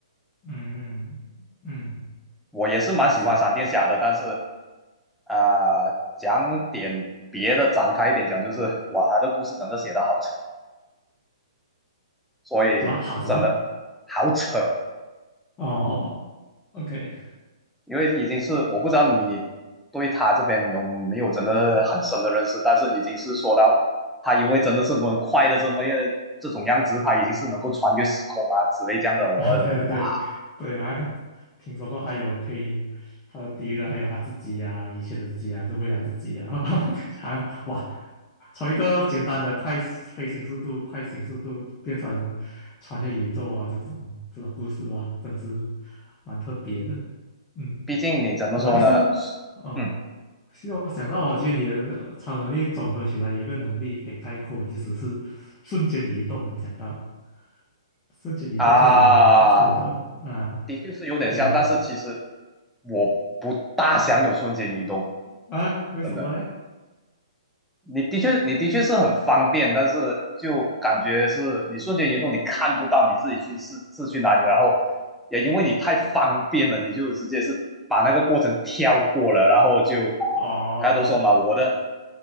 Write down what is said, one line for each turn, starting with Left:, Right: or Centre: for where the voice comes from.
Left: 嗯嗯，嗯，
Centre: 我也是蛮喜欢闪电侠的，
Left: 确实，
Centre: 但是啊、呃讲点别的，展开一点讲，就是哇，他的故事真的写的好扯，所以真的好扯，
Left: 什么好什么？哦，OK。
Centre: 因为已经是我不知道你对他这边有没有真的很深的认识，但是已经是说到他因为真的是我快的这么样这种样子，他已经是能够穿越时空啊之类这样的，
Left: <laughs>
Centre: 我觉得哇，
Left: 啊，对对对对，好像听说过还有可以他的敌人，还有他自己呀、以前的自己呀、还是未来自己呀、<laughs> 好像哇，从一个简单的快飞行速度、快行速度变成穿越宇宙啊这种这种故事哇，真是蛮特别的，嗯。
Centre: 毕竟你怎么说呢？
Left: 对啦，其实哦，
Centre: 嗯
Left: 其实我想到哦，其实你的呃超能力总合起来有一个能力可以概括，其实是瞬间移动。有想到瞬间移动确实蛮不错的啊，
Centre: 啊，的确是有点像，
Left: 你可以
Centre: 但是其实我不大想有瞬间移动，
Left: 啊？为什么呢？
Centre: 真的。你的确，你的确是很方便，但是就感觉是你瞬间移动，你看不到你自己去是是去哪里，然后也因为你太方便了，你就直接是把那个过程跳过了，然后就
Left: 哦，
Centre: 刚才都说嘛，我的